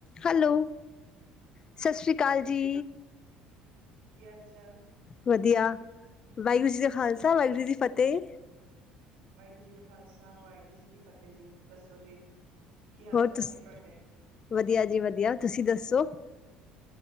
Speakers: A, on the left; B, on the right.
A: Hello ਸਤਿ ਸ੍ਰੀ ਅਕਾਲ ਜੀ।
B: ਕੀ ਹਾਲ ਚਾਲ
A: ਵਧੀਆ ਵਾਹਿਗੁਰੂ ਜੀ ਕਾ ਖ਼ਾਲਸਾ
B: ਔਰ
A: ਵਾਹਿਗੁਰੂ ਜੀ ਦੀ ਫਤਿਹ।
B: ਵਾਹਿਗੁਰੂ ਜੀ ਕਾ ਖਾਲਸਾ ਵਾਹਿਗੁਰੂ ਜੀ ਕੀ ਫਤਿਹ ਜੀ ਦੱਸੋ ਜੀ। ਕੀ ਹਾਲ
A: ਹੋਰ
B: ਚਾਲ
A: ਤੁਸ
B: ਨੇ ਤੁਹਾਡੇ
A: ਵਧੀਆ ਜੀ ਵਧੀਆ ਤੁਸੀਂ ਦੱਸੋ।